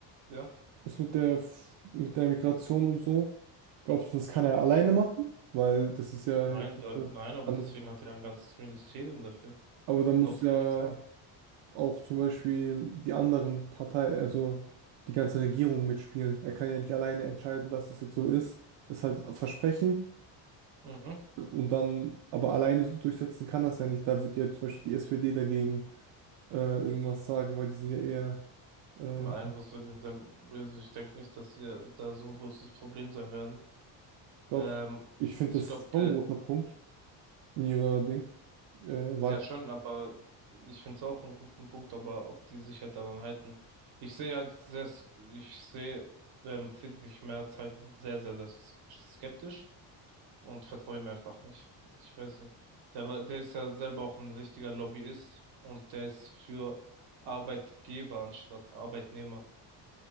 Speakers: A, on the right; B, on the right.
A: ja.
B: das mit der, F- mit der Migration und so, glaubst du, das kann er alleine machen? Weil das ist ja
A: Nein,
B: jetzt nicht
A: da,
B: so,
A: nein, aber
B: da
A: deswegen
B: muss,
A: hat er ein ganzes Ministerium dafür.
B: aber da
A: Und
B: muss
A: auch die
B: ja
A: Polizei.
B: auch zum Beispiel die anderen Partei, also die ganze Regierung mitspielen. Er kann ja nicht alleine entscheiden, dass es jetzt so ist. Das ist halt ein Versprechen.
A: Mhm.
B: äh, Und dann, aber alleine so durchsetzen kann das ja nicht. Da wird ja zum Beispiel die SPD dagegen äh, irgendwas sagen, weil die sind ja eher äh,
A: Nein, was soll denn, also ich denke nicht, dass ihr da so ein großes Problem sein werden.
B: Glaubst
A: Ähm,
B: du? Ich finde
A: ich
B: das
A: glaube,
B: ist schon
A: der,
B: ein großer Punkt in ihrer Ding, äh,
A: ja
B: Wahl.
A: schon, aber ich finde es auch einen guten Punkt, aber ob die sich halt daran halten. Ich sehe halt sehr, s- ich sehe ähm, Friedrich Merz halt sehr, sehr, sehr s- skeptisch. und vertraue ihm einfach nicht. Ich weiß nicht. Der, war- der ist ja selber auch ein richtiger Lobbyist und der ist für Arbeitgeber anstatt Arbeitnehmer.